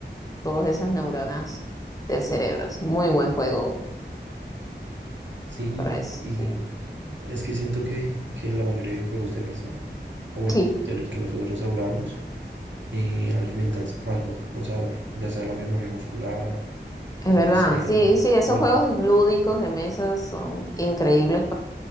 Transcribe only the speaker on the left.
todas esas neuronas del cerebro. Es muy buen juego
para eso.
Sí,
Sí,
es
verdad.
Sí, sí, esos
juegos lúdicos de mesas son increíbles